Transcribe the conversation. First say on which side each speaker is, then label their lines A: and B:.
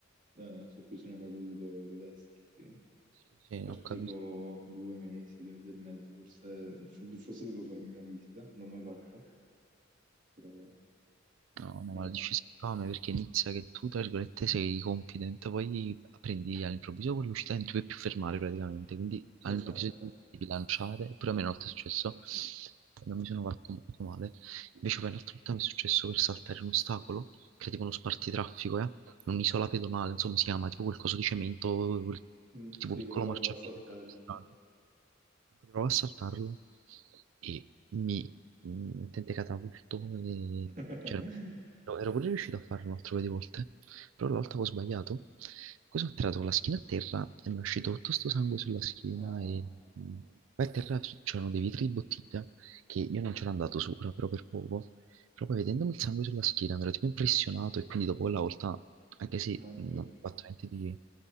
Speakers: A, on the right (about 45°); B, on the right (about 80°).
A: eh, su cui sono caduto, quello destro, sì.
B: Sì, sì,
A: Per
B: ho capito.
A: tipo due mesi, due mesi e mezzo, forse, forse dovevo farmi una visita, non l'ho mai fatta, però
B: No, no,
A: non
B: ma lo
A: è.
B: dici spame perché inizia che tu, tra virgolette, sei confident, poi prendi all'improvviso quell'uscita e non ti puoi più fermare praticamente, quindi all'improvviso
A: Esatto.
B: ti devi lanciare, pure a me una volta è successo e non mi sono fatto molto male, invece poi un'altra volta mi è successo per saltare un ostacolo, che era tipo uno spartitraffico, eh? un'isola pedonale, insomma si chiama, tipo qualcosa di cemento, quel-
A: Mm,
B: tipo
A: sì,
B: piccolo
A: quello là
B: marciapiede.
A: basso a terra.
B: strano.
A: sì.
B: Provo a saltarlo e mi mettente catapulto, e...
A: <laughs>
B: c'era No, ero pure riuscito a farlo un altro paio di volte, però l'altra avevo sbagliato. Cosa ho tirato con la schiena a terra e mi è uscito tutto sto sangue sulla schiena
A: Ah,
B: e mh, poi a terra c- c'erano dei vetri di bottiglia che io non c'ero andato sopra, però per poco. Però poi vedendomi il sangue sulla schiena mi ero tipo impressionato e quindi dopo quella volta, anche se
A: mai
B: non
A: più.
B: ho fatto niente di...